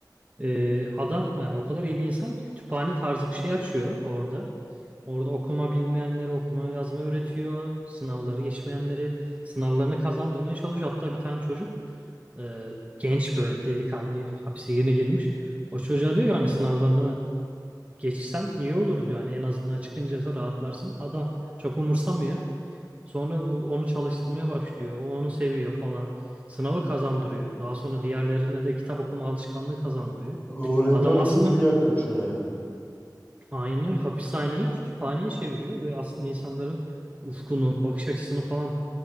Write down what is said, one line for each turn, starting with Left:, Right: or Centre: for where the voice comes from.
Right: Ee, adam yani o kadar iyi bir insan ki kütüphane tarzı bir şey açıyor orada. Orada okuma bilmeyenleri okuma yazma öğretiyor. Sınavları geçmeyenleri sınavlarını kazandırmaya çalışıyor. Hatta bir tane çocuk e, genç böyle delikanlı hapse yeni girmiş. O çocuğa diyor ki hani sınavlarını geçsen iyi olur diyor. Hani en azından çıkınca rahatlarsın. Ada çok umursamıyor. Sonra bu onu çalıştırmaya başlıyor. O onu seviyor falan. Sınavı kazandırıyor. Daha sonra diğerlerine de kitap okuma alışkanlığı kazandırıyor.
Left: Öğretmenmiş
Right: Adam aslında
Left: gibi yaklaşıyor yani.
Right: Aynen öyle. Hapishaneyi kütüphaneye çeviriyor ve aslında insanların ufkunu, bakış açısını falan